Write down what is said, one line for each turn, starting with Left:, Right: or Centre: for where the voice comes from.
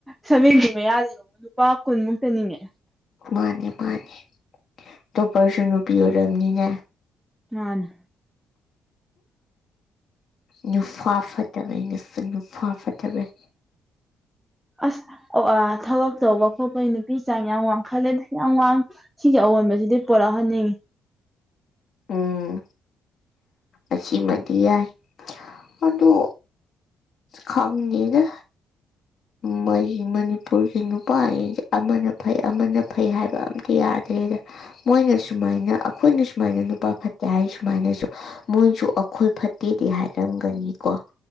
Centre: ꯁꯚꯦꯟꯇꯤ ꯃꯌꯥ ꯂꯩꯔꯣ ꯅꯨꯄꯥ ꯀꯨꯟꯃꯨꯛꯇ ꯅꯤꯅꯦ꯫
Left: ꯃꯥꯅꯦ ꯃꯥꯅꯦ ꯇꯣꯞꯄꯔꯁꯨ ꯅꯨꯄꯤ ꯑꯣꯏꯔꯝꯅꯤꯅꯦ
Centre: ꯃꯥꯅꯦ꯫
Left: ꯅꯨꯐꯥ ꯐꯠꯇꯕ ꯑꯩꯅꯁꯨ ꯅꯨꯄꯥꯥ ꯐꯠꯇꯕꯩ
Centre: ꯑꯁ ꯑꯣ ꯑꯥ ꯊꯕꯛ ꯇꯧꯕ ꯈꯣꯠꯄꯩ ꯅꯨꯄꯤ ꯆꯥꯡ ꯌꯥꯝ ꯋꯥꯡꯈꯠꯂꯦꯅꯦ ꯌꯥꯝ ꯋꯥꯡ ꯁꯤꯒꯤ ꯑꯑꯣꯟꯕꯁꯤꯗꯤ ꯄꯨꯣꯔꯛꯍꯟꯅꯤꯡꯉꯤ꯫
Left: ꯎꯝ ꯑꯁꯤꯃꯗꯤ ꯌꯥꯏ ꯑꯗꯣ ꯈꯪꯗꯦꯗ ꯃꯣꯏꯒꯤ ꯃꯅꯤꯄꯨꯔꯒꯤ ꯅꯨꯄꯥ ꯒꯩ ꯑꯃꯅ ꯐꯩ ꯑꯃꯅ ꯐꯩ ꯍꯥꯏꯕ ꯑꯝꯇ ꯌꯥꯗ꯭ꯔꯦꯗ ꯃꯣꯏꯅ ꯁꯨꯃꯥꯏꯅ ꯑꯈꯣꯏꯅ ꯁꯨꯃꯥꯏꯅ ꯅꯨꯄꯥ ꯐꯠꯇꯦ ꯍꯥꯏ ꯁꯨꯃꯥꯏꯅꯁꯨ꯫ ꯃꯣꯏꯖꯨ ꯑꯈꯣꯏ ꯐꯠꯇꯦꯗꯤ ꯍꯥꯏꯔꯝꯒꯅꯤꯀꯣ